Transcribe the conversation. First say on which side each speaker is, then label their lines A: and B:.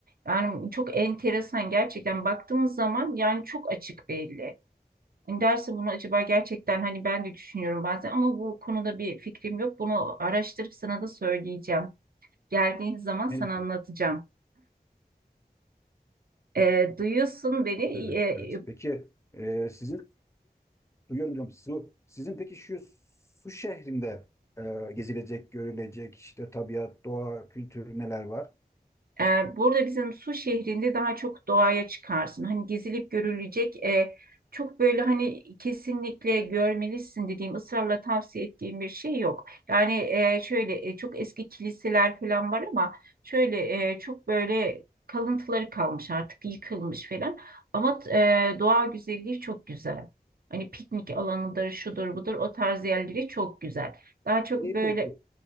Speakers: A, on the right (about 65°); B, on the left (about 15°).
A: Yani çok enteresan gerçekten baktığınız zaman yani çok açık belli. Hani derse bunu acaba gerçekten hani ben de düşünüyorum bazen ama bu konuda bir fikrim yok. Bunu araştırıp sana da söyleyeceğim. Geldiğin zaman sana
B: Benim,
A: anlatacağım. E, duyuyorsun beni.
B: evet
A: E,
B: evet. Peki e, sizin duyuyorum diyorum su, sizin peki şu su şehrinde e, gezilecek görülecek işte tabiat doğa kültür neler var?
A: Ee, burada bizim Su şehrinde daha çok doğaya çıkarsın. Hani gezilip görülecek e, çok böyle hani kesinlikle görmelisin dediğim ısrarla tavsiye ettiğim bir şey yok. Yani e, şöyle e, çok eski kiliseler falan var ama şöyle e, çok böyle kalıntıları kalmış artık yıkılmış falan. Ama e, doğa güzelliği çok güzel. Hani piknik alanıdır, şudur budur o tarz yerleri çok güzel. Daha çok
B: İyi
A: böyle...
B: peki.